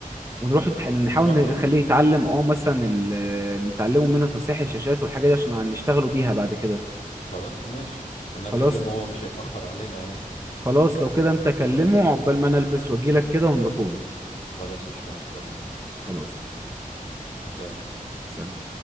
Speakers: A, on the right; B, on the left.
A: ونروح نتح- نحاول
B: ونروح
A: نخليه
B: له
A: يتعلم اه مثلا ال... نتعلمه منه تصحيح الشاشات والحاجات دي عشان نشتغلوا بيها بعد كده
B: خلاص ماشي انا اكلمه
A: خلاص
B: هو مش هيتأخر علينا يعني
A: خلاص لو كده انت كلمه عقبال ما انا البس واجيلك كده ونروحوله
B: خلاص قشطة هستناك
A: خلاص يلا
B: سلام
A: سلام